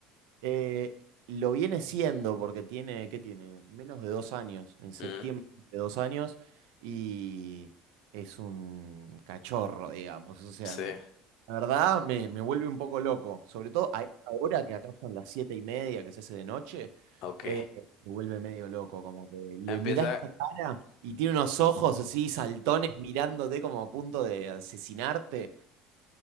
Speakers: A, on the right; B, on the left.
A: Eh, lo viene siendo porque tiene, ¿qué tiene? Menos de dos años, en septiembre
B: Mm,
A: de dos años, y es un cachorro, digamos. O sea,
B: sí.
A: la verdad me, me vuelve un poco loco, sobre todo a esta hora que acá son las siete y media que se hace de noche,
B: Ok,
A: eh, me vuelve medio loco, como que le
B: empieza.
A: mirás la cara y tiene unos ojos así saltones mirándote como a punto de asesinarte.